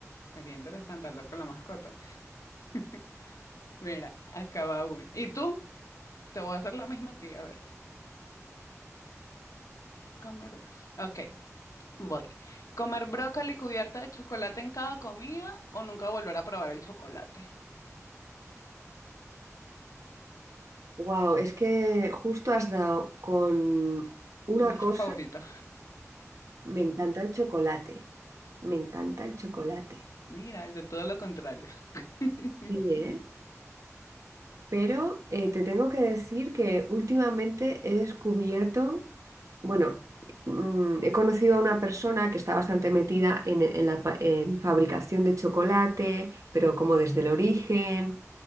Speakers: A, on the left (about 85°); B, on the right (about 75°).
A: Sería interesante hablar con la mascota. <laughs> Mira, acaba uno. ¿Y tú? Te voy a hacer la misma a ti, a ver. Comer. Ok, voy. ¿Comer brócoli cubierta de chocolate en cada comida o nunca volver a probar el chocolate?
B: Wow, es que justo has dado con una
A: Tu dulce
B: cosa.
A: favorito.
B: Me encanta el chocolate. Me encanta el chocolate.
A: Mira, yo todo lo contrario. <laughs>
B: Sí, ¿eh? Pero eh, te tengo que decir que últimamente he descubierto, bueno, mm, he conocido a una persona que está bastante metida en, en la pa- en fabricación de chocolate, pero como desde el origen,